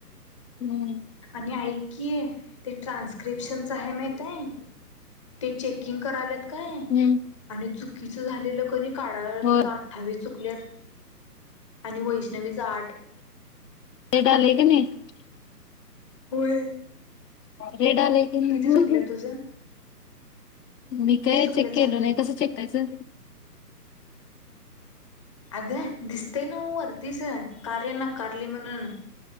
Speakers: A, on the left (about 75°); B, on the left (about 20°).
A: बोला की
B: आणि ऐकय ते ट्रान्स्क्रिप्शनच आहे माहितय ते चेकिंग करायलेत काय
A: हम्म.
B: आणि चुकीचं झालेलं कधी काढाय लात
A: होय.
B: माझ अठ्ठावीस चुकल्यात आणि वैष्णवीचा आठ
A: तेडले क नाही
B: होय
A: रेडाले किंग
B: किती चुकल्यात तुझं
A: मी
B: किती
A: काय
B: चुकल्यात
A: चेक केलो
B: सांग की
A: नाही कसं चेक करायचं
B: अगं दिसतय ना वरतीच कार्यानाकारली म्हणून